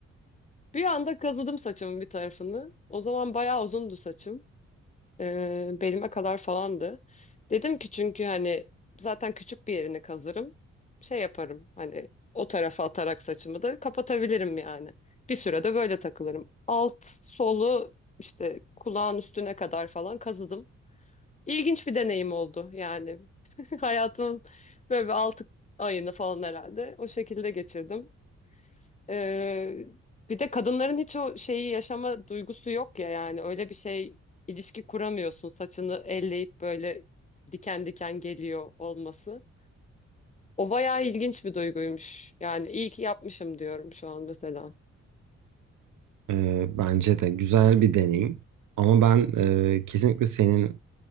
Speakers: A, on the left; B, on the right.
A: Bir anda kazıdım saçımın bir tarafını. O zaman bayağı uzundu saçım. e, belime kadar falandı. Dedim ki çünkü hani zaten küçük bir yerini kazırım. Şey yaparım hani o tarafa atarak saçımı da kapatabilirim yani. Bir sürede böyle takılırım. Alt solu işte kulağın üstüne kadar falan kazıdım. İlginç bir deneyim oldu yani. <laughs> Hayatımın böyle bir altı ayını falan herhalde o şekilde geçirdim. Ee, bir de kadınların hiç o şeyi yaşama duygusu yok ya yani öyle bir şey ilişki kuramıyorsun saçını elleyip böyle diken diken geliyor olması. O bayağı ilginç bir duyguymuş. Yani iyi ki yapmışım diyorum şu an mesela.
B: Ee, bence de güzel bir deneyim. Ama ben e, kesinlikle senin